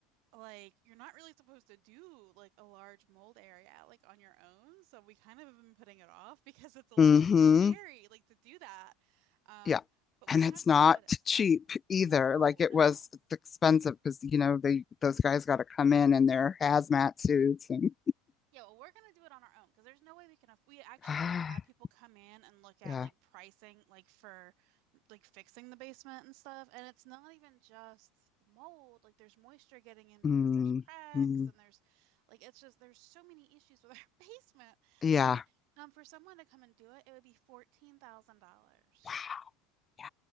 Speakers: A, on the right (about 65°); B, on the left (about 25°).
A: like you're not really supposed to do like a large mold area like on your own. So we kind of have been putting it off <laughs> because it's a little
B: hmm
A: scary like to do that. Um,
B: Yeah.
A: but we
B: And
A: have
B: it's
A: to
B: not
A: do it at some
B: cheap
A: point.
B: either.
A: No,
B: Like it
A: no.
B: was, it's expensive because, you know, they those guys got to come in in their hazmat suits and
A: Yeah, well, we're gonna do it on our own because there's no way we can aff we actually
B: <sighs>
A: like had people come in and look at
B: yeah.
A: like pricing like for like fixing the basement and stuff. And it's not even just the mold. Like there's moisture getting in because
B: Mm,
A: there's cracks
B: mm,
A: and there's like it's just there's so many issues with our <laughs> basement.
B: yeah.
A: And um for someone to come and do it, it would be $14,000.
B: Wow. Yeah.